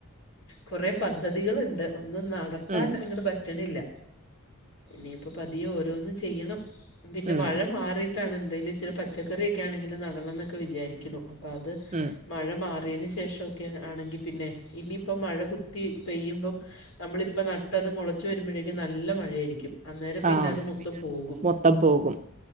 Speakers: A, on the left (about 65°); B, on the right (about 35°).
A: കുറെ പദ്ധതികൾണ്ട് ഒന്നും നടത്താൻ
B: ഉം
A: അങ്ങട്ട് പറ്റണില്ല ഇനിയിപ്പോ പതിയെ ഓരോന്ന് ചെയ്യണം പിന്നെ
B: ഉം
A: മഴ മാറിട്ട് ട്ടാണ് എന്തേലും ച്ചിരി പച്ചക്കറിയൊക്കെ ആണെങ്കിൽ നടണം എന്നൊക്കെ വിചാരിക്കുന്നു അപ്പോൾ അത്
B: ഇഹ്
A: മഴ മാറിയതിന് ശേഷമൊക്കെ ആണെങ്കിൽ പിന്നെ ഇനി ഇപ്പം മഴ കുത്തി പെയ്യുമ്പം നമ്മളിപ്പം നട്ടത് മുളച്ചു വരുമ്പോഴേക്കും നല്ല മഴയായിരിക്കും അന്നേരം പിന്നെ
B: ആഹ്
A: അത് മൊത്തം പോകും
B: മൊത്തം പോകും